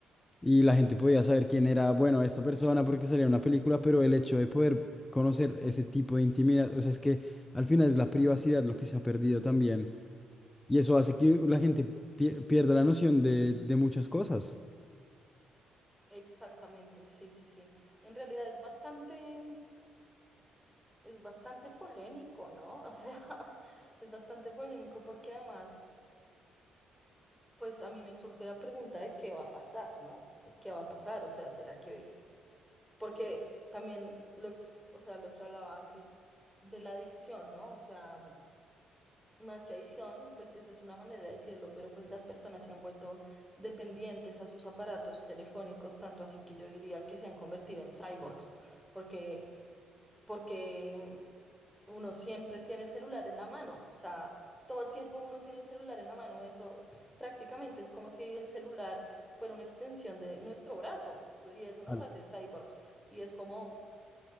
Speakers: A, on the left; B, in the centre.
A: y la gente podía saber quién era, bueno, esta persona porque salía una película, pero el hecho de poder conocer ese tipo de intimidad, o sea, es que al final es la privacidad lo que se ha perdido también, y eso hace que la gente pie- pierda la noción de, de muchas cosas.
B: exactamente, sí, sí, sí. En realidad es bastante, es bastante polémico, ¿no? O sea, <laughs> es bastante polémico porque además, pues a mí me surge la pregunta de qué va a pasar, ¿no? De qué va a pasar, o sea, ¿será que...? Porque también, lo, o sea, lo que hablaba antes de la adicción, ¿no? O sea... Más que adicción, pues esa es una manera de decirlo, pero pues las personas se han vuelto dependientes a sus aparatos telefónicos, tanto así que yo diría que se han convertido en cyborgs, porque, porque mm, uno siempre tiene el celular en la mano, o sea, todo el tiempo uno tiene el celular en la mano, eso prácticamente es como si el celular fuera una extensión de nuestro brazo, y eso nos
A: Vale.
B: hace cyborgs, y es como,